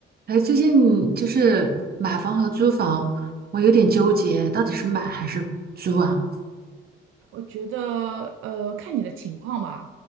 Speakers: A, on the right; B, on the right.
A: 哎，最近就是买房和租房，我有点纠结，到底是买还是租啊？
B: 我觉得，呃，看你的情况吧。